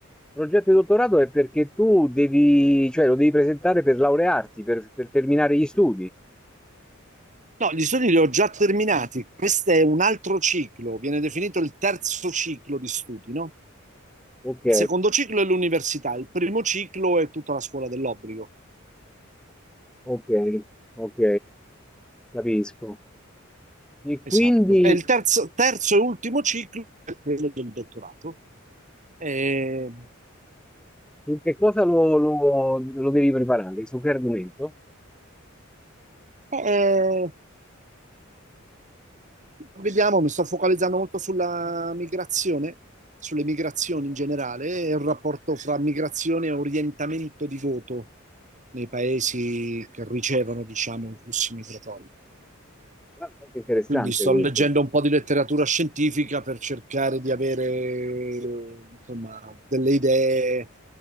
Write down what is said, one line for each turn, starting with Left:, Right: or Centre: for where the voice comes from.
Centre: progetto di dottorato è perché tu devi, cioè lo devi presentare per laurearti, per, per terminare gli studi.
Right: No, gli studi li ho già terminati, questo è un altro ciclo, viene definito il terzo ciclo di studi, no?
Centre: Ok,
Right: Il secondo ciclo è l'università, il primo ciclo è tutta la scuola dell'obbligo.
Centre: ok, ok, capisco. E
Right: Esatto.
Centre: quindi
Right: E il terzo, terzo e ultimo ciclo è quello del dottorato. E-
Centre: su che cosa lo, lo- lo devi preparare? Su che argomento?
Right: e- vediamo, mi sto focalizzando molto sulla migrazione, sulle migrazioni in generale e il rapporto fra migrazione e orientamento di voto nei paesi che ricevono, diciamo, i flussi migratori.
Centre: Ah, Molto interessante
Right: Quindi sto
Centre: questo.
Right: leggendo un po' di letteratura scientifica per cercare di avere, insomma, delle idee